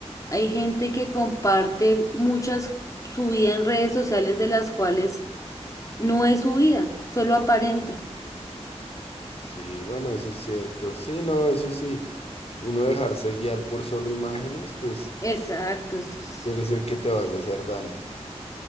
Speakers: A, on the left (about 30°); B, on the left (about 60°).
A: hay gente que comparte muchas su vida en redes sociales de las cuales no es su vida, solo aparenta.
B: Sí, bueno, eso es cierto. Sí, no, eso sí. uno dejarse guiar por solo imágenes, pues
A: Exacto, eso es.
B: tú eres el que te vas a hacer daño,